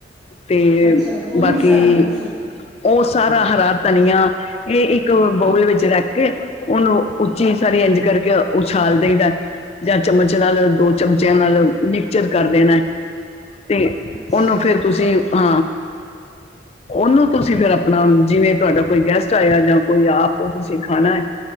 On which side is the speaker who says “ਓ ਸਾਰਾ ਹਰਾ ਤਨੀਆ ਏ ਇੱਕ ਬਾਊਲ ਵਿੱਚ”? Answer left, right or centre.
Left